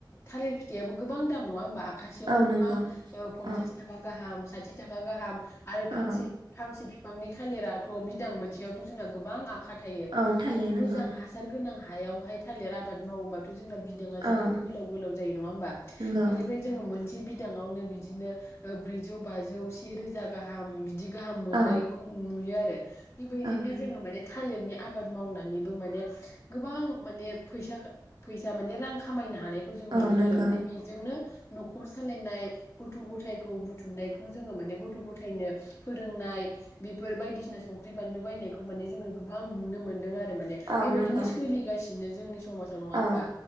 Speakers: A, on the left; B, on the right.
A: थालिर फिथाइयाबो गोबां दाम नङा होमबा खासेयावनो
B: नंगौ औ नंगौ
A: गोबां ओ पन्सास
B: औ
A: थाखा गाहाम। साथिथाखा गाहाम। आरो फांसे
B: औ
A: फांसे फांनि थालिराथ' बिदां मोनसेयावथ' जोंना गोबां आखा थायो
B: औ थायो
A: आरो
B: नंगौ
A: मोजां हासार गोनां हायावहाय थालिर आबाद मावोबाथ' जोंना बिदाङा जोबोद
B: औ
A: गोलाव गोलाव जायो नङा होमबा
B: नंगौ
A: बिनिफ्राय जोङो मोनसे बिदाङावनो बिदिनो ब्रैजौ बाजौ से रोजा गाहाम बिदि गाहाम मोननायखौ
B: औ
A: नुयो आरो। <unintelligible> बिबायदिनो
B: औ नंगौ
A: जोङो माने थालिरनिया आबाद मावनानैबो माने गोबां माने फैसा फैसा माने रां खामायना हानायखौ जों नुदों
B: औ नंगौ
A: आरो माने बिजोंनो न'खर सालायनाय गथ' गथायखौ बुथुमनायखौ जोङो माने गथ' गथायनो फोरोंनाय बिफोर बायदिसिना संख्रि बानलु बायनायखौ माने जोङो गोबां नुनो मोनदों आरो। माने
B: औ
A: बेबायदिनो
B: नंगौ
A: सोलिगासि दिनो जोंनि सम समाजाव नङा
B: औ
A: होमबा